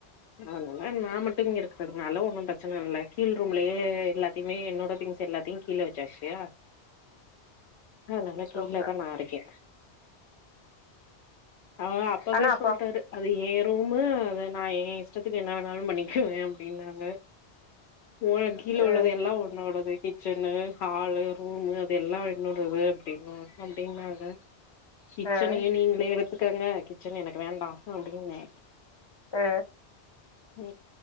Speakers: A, on the left (about 75°); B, on the left (about 35°).
A: உம் <unintelligible> அதுனால நா மட்டு இங்க இருக்கறதுனால ஒன்னு பிரச்சன இல்ல கீழ் ரூம்லயே எல்லாத்தையுமே என்னோட திங்ஸ் எல்லாத்தையு கீழ வச் சாஸ்ஸூ அதுனால
B: சூப்பர்
A: கீழ தா நா இருக்கே அவரு அப்பவே
B: ஆனா அப்பா
A: சொல்ட்டாரு அது ஏ ரூம்மு அத நா எ இஷ்டத்துக்கு என்ன வேணாலு பண்ணிக்குவே அப்டின்னாங்க ஓனர் கீழ
B: ம்
A: உள்ளது எல்லா ஒன்னோடது கிச்சன்னு ஹாலு ரூமு அது எல்லா என்னோடுது அப்டின்னு அப்படின்னாரு க கிச்சனயு
B: ம்
A: நீங்களே எடுத்துக்கங்க கிச்சன் எனக்கு வேண்டா அப்டின்னே
B: ஆ
A: அ